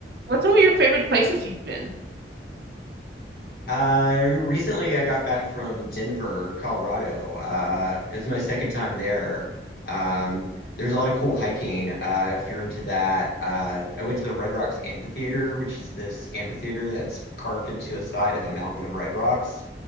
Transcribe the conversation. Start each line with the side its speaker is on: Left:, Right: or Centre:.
Right: What's some of your favorite places you've been?
Left: Uh, recently I got back from Denver, Colorado. Uh, it was my second time there. Um, there's a lot of cool hiking, uh, if you're into that. Uh, I went to the Red Rocks Amphitheater, which is this amphitheater that's carved into a side of a mountain of red rocks.